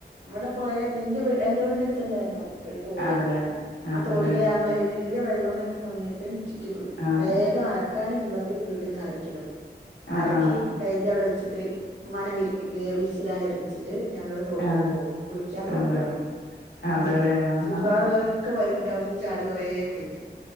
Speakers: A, on the right (about 80°); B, on the left (about 70°).
A: ഇവിടെ പോയ നിന്റെവീ എന്റെ വീടിനടുത്തുതന്നായിരുന്നോ. ഒരു തോട്
B: അതല്ലേ
A: ആ
B: അതല്ലേ
A: തോട്ടില് ഞങ്ങള് വല്യ വെള്ളം വന്ന സമയത്ത് ചുറ്റും
B: ആഹ്
A: വേഗം അലക്കാനുള്ളത് വീട്ടിന്ന് അലക്കിയിടും
B: ആഹ്
A: അലക്കി
B: ആഹ്
A: കഴുകി അവിടെ വെച്ചിട്ട് ഉമ്മാനെ വിരിപ്പി വിരിച്ചിടാൻ എപ്പിച്ചിട്ട് ഞങ്ങള് തോട്ടിലോട്ട്
B: ആഹ്
A: പോവും കുളിക്കാൻ തോട്ടിലോട്ട്
B: അതെ അതല്ലേ ആഹാ.
A: ചുറ്റുപാടുള്ളവര് ഒക്കെ വരുങ്ങട്ടോ അവിടന്ന് ചാടി കൊറേകുളിക്കും.